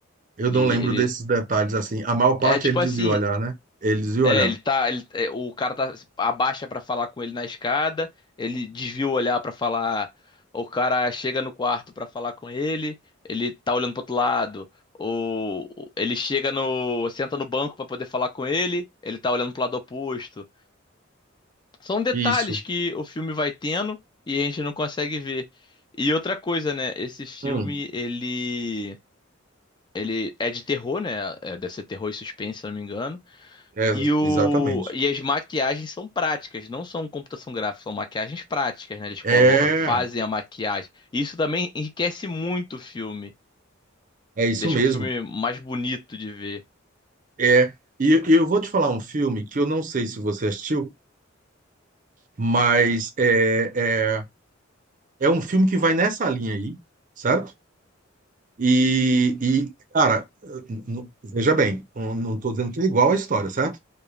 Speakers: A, on the right; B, on the left.
A: Eu
B: que
A: não lembro
B: ele
A: desses detalhes assim. A maior parte
B: é tipo
A: ele dizia
B: assim,
A: olhar, né? Ele dizia
B: É,
A: olhar.
B: ele tá, ele- é, o cara tá abaixa pra falar com ele na escada, ele desvia o olhar pra falar, o cara chega no quarto pra falar com ele, ele tá olhando pro outro lado, ou ele chega no, senta no banco pra poder falar com ele, ele tá olhando pro lado oposto. São detalhes
A: Isso.
B: que o filme vai tendo e a gente não consegue ver. E outra coisa, né, esse filme
A: Hum.
B: ele ele é de terror, né? é, deve ser terror e suspense, se eu não me engano.
A: É,
B: E, o,
A: exatamente.
B: e as maquiagens são práticas, não são computação gráfica, são maquiagens práticas, né? Eles
A: É,
B: colo- fazem a maquiagem. Isso também enriquece muito o filme.
A: é isso
B: Deixa
A: mesmo.
B: um filme mais bonito de ver.
A: É. E, e eu vou te falar um filme que eu não sei se você assistiu, mas é, é, é um filme que vai nessa linha aí, certo? E, e cara, n- n- veja bem, eu não estou dizendo que é igual à história, certo?